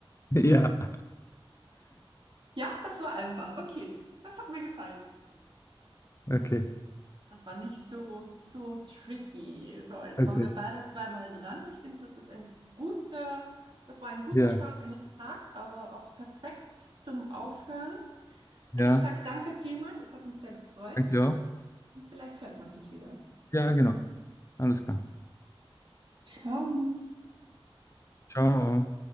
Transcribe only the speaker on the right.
Ja, das war einfach. Okay, das hat mir gefallen.
Das war nicht so, so tricky. So, jetzt
waren wir beide zweimal dran. Ich finde, das ist ein guter, das war ein guter
Start in den Tag, aber auch perfekt zum Aufhören.
Ich sage danke vielmals. Es hat mich sehr gefreut
und vielleicht hört man sich wieder.
Ciao.